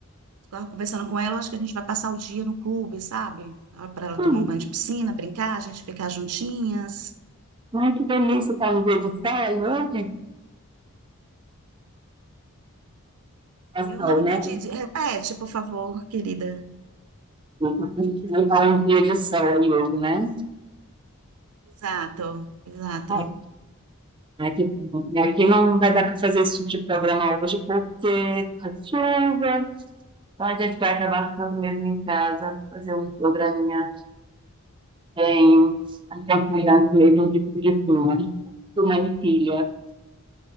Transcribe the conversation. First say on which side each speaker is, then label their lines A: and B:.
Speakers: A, on the right (about 80°); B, on the right (about 20°).
A: ficar conversando com ela, acho que a gente vai passar o dia no clube, sabe? Para ela
B: Hum,
A: tomar um banho de piscina, brincar, a gente ficar juntinhas.
B: ai, que delícia, tá um dia de praia hoje? Ação,
A: Eu não
B: né?
A: entendi. de- Repete, por favor, querida.
B: Porque a gente vai para um dia de ação aí hoje, né?
A: Exato, exato.
B: Ai, Aqui, aqui não vai dar para fazer esse tipo de programa hoje porque tá chuva, então a gente vai acabar ficando mesmo em casa, fazer um programinha em acompanhado mesmo de, de filme. Mãe e filha.